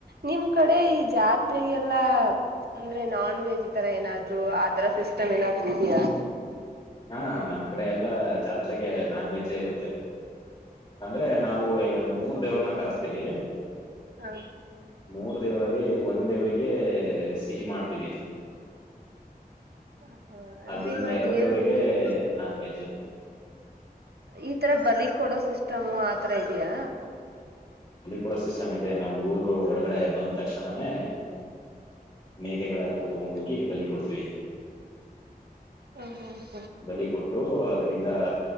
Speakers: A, on the right; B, on the left.
A: ನಿಮ್ ಕಡೆ ಈ ಜಾತ್ರೆಗೆಲ್ಲಾ ಅಂದ್ರೆ ನಾನ್ ವೆಜ್ ತರ ಏನಾದ್ರು ಆತರ ಸಿಸ್ಟಮ್ ಏನಾದ್ರು ಇದೆಯಾ
B: ಹಾ ನಮ್ ಕಡೆ ಎಲ್ಲಾ ಜಾತ್ರೆಗೆ ನಾನ್ ವೆಜ್ ಅಜ್ಜೆ ಇರುತ್ತೆ ಅಂದ್ರೆ ನಾವು ಮೂರ್ ದೇವ್ರನ ಕರಸ್ತೀವಿ
A: ಹಾ
B: ಮೂರ್ ದೇವರಲ್ಲಿ ಒಂದ್ ದೇವ್ರರಿಗೆ ಸಿಹಿ ಮಾಡ್ತೀವಿ
A: ಹ ಅಂದ್ರೆ
B: ಅದು ಇನ್ನೆರಡ
A: ಇವಾಗ ದೇವ್ರಿಗೆ
B: ದೇವ್ರರಿಗೆ ನಾನ್ ವೆಜ್
A: ಈತರ ಬಲಿ ಕೊಡೋ ಸಿಸ್ಟಮು ಆತರ ಇದೆಯಾ
B: ಅಲ್ಲಿ ಕೂಡ ಸಿಸ್ಟಮ್ ಇದೆ ನಾವು ಊರು ಒಳಗಡೆ ಬಂದ ತಕ್ಷಣನೇ ಮೇಕೆಗಳೆಲ್ಲ
A: ಹ್ಮ್ ಹ್ಮ್
B: ತಗೊಂಡ ಹೋಗಿ ಬಲಿ ಕೊಡ್ತೀವಿ
A: ಹ ಹಾ
B: ಬಲಿ ಕೊಟ್ಟು ಇಟ್ಟು ಅದರಿಂದ